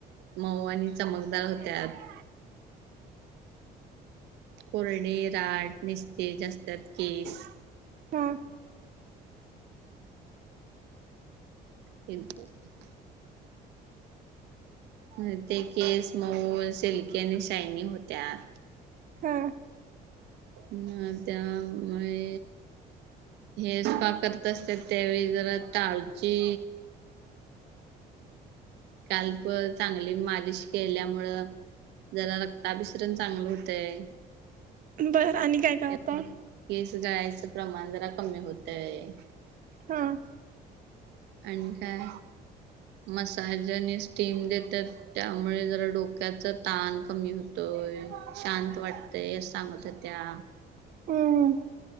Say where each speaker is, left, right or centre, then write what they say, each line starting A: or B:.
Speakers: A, on the right (about 85°); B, on the right (about 55°).
A: मऊ आणि चमकदार होत्यात. कोरडी, रहाट, निस्तेज असतात केस.
B: हा.
A: <unintelligible> म ते केस मऊ सिल्की आणि शायनी होत्यात.
B: हं.
A: हां त्यामुळे हे जर स्पा करत असत्यात, त्यावेळी जरा टाळची काल्प चांगली मालिश केल्यामुळं जरा रक्ताभिसरण चांगलं होतंय.
B: बरं आणि काय? काय
A: त्यातनं
B: होतय
A: केस जळायचं प्रमाण जरा कमी होतंय.
B: हम्म.
A: आणि काय मसाज आणि स्टीम देत्यात. त्यामुळे जरा डोक्याच ताण कमी होतोय, शांत वाटतंय असं सांगत हो त्या
B: हम्म हम्म.